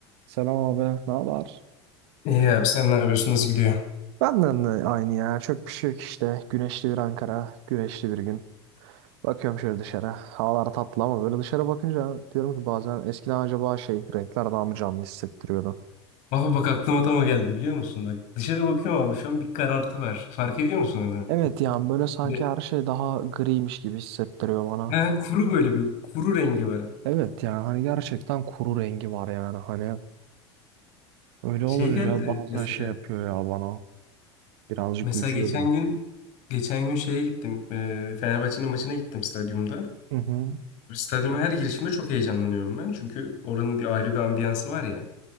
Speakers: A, on the right (about 65°); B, on the left (about 55°).
A: Selam abi, ne haber?
B: İyi abi sen ne yapıyorsun? Nasıl gidiyor?
A: Benden de aynı ya. Çok bir şey yok işte. Güneşli bir Ankara, güneşli bir gün. Bakıyorum şöyle dışarı. Havalar tatlı ama böyle dışarı bakınca diyorum ki bazen eskiden acaba şey renkler daha mı canlı hissettiriyordu?
B: Baba bak aklıma tam o geldi biliyor musun? Bak dışarı bakıyorum abi şu an bir karartı var. Fark ediyor musun onu?
A: Evet yani böyle sanki
B: Bir-
A: her şey daha griymiş gibi hissettiriyor bana.
B: Ha, kuru böyle bir kuru rengi var.
A: Evet yani hani gerçekten kuru rengi var yani hani öyle
B: Şey
A: olunca
B: geldi
A: bazen
B: mesela.
A: şey yapıyor ya bana birazcık
B: Mesela
A: üzüyor
B: geçen
A: beni.
B: gün geçen gün şeye gittim. e, Fenerbahçe'nin maçına gittim stadyumda.
A: Hı hı.
B: Stadyuma her girişimde çok heyecanlanıyorum ben. Çünkü oranın bir ayrı bir ambiyansı var ya.